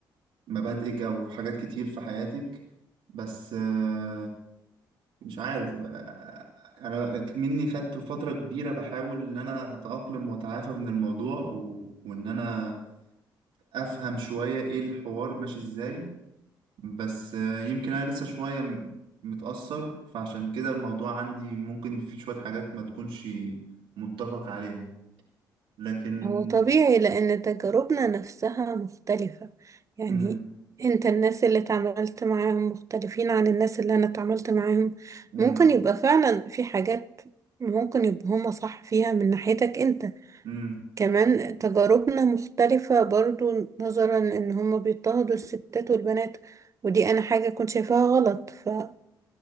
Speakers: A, on the right; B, on the right.
A: مبادئك او حاجات كتير في حياتك بس آه، مش عارف بقى- انا مني خدت فترة كبيرة بحاول ان انا اتأقلم واتعافى من الموضوع و... وان انا افهم شوية ايه الحوار ماشي ازاي بس آه، يمكن انا لسه شوية م- متأثر فعشان كده الموضوع عندي ممكن في شوية حاجات ما تكونش متفق عليها لكن
B: هو طبيعي لأن تجاربنا نفسها مختلفة يعني
A: مم.
B: انت الناس اللي اتعاملت معاهم مختلفين عن الناس اللي انا اتعاملت معاهم
A: مم.
B: ممكن يبقى فعلا في حاجات ممكن يبقى هما صح فيها من ناحيتك انت
A: مم.
B: كمان
A: مم.
B: تجاربنا مختلفة برضو نظرا ان هما بيضطهدوا الستات والبنات ودي انا حاجة كنت شايفاها غلط فعلى